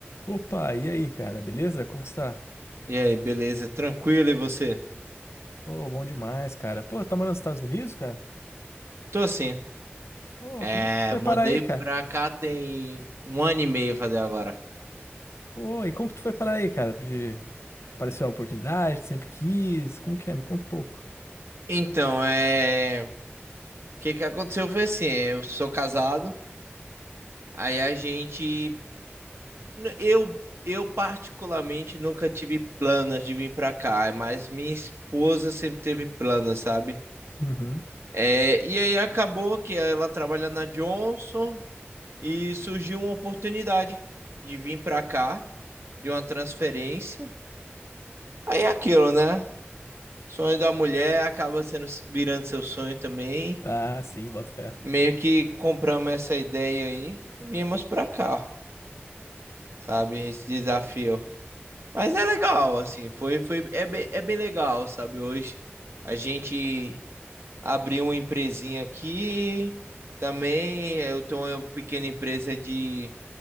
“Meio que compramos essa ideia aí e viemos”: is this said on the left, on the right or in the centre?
Right